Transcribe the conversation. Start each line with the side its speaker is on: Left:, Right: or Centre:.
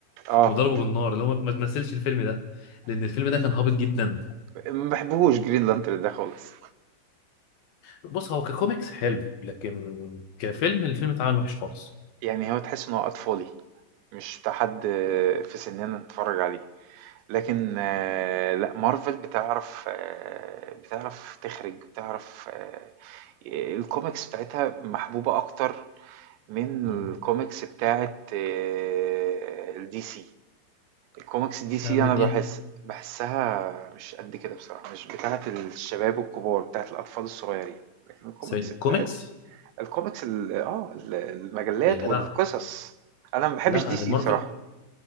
Right: اه
Left: وضربه بالنار اللي هو ما تمثلش الفيلم ده لان الفيلم ده كان هابط جدا
Right: <applause> ما بحبهوش جرين لانترن ده خالص
Left: بص هو ككوميكس حلو لكن كفيلم الفيلم اتعمل وحش خالص
Right: يعني هو تحس انه اطفالي مش بتاع حد في سننا نتفرج عليه لكن آه، لا مارفل بتعرف آه، بتعرف تخرج بتعرف آه، الكوميكس بتاعتها محبوبة اكتر من
Left: مم.
Right: الكوميكس بتاعت الدي سي الكوميكس دي سي
Left: آه، من
Right: انا
Left: دي
Right: بحس بحسها مش قد كده بصراحة مش بتاعة الشباب الكبار بتاعة الأطفال الصغيرين لكن الكوميكس
Left: سوري،
Right: بتاعت
Left: كوميكس
Right: الكوميكس ال- اه ال- المجلات
Left: يا جدع
Right: والقصص انا ما بحبش
Left: لا
Right: دي
Left: ده
Right: سي
Left: مارفل
Right: بصراحة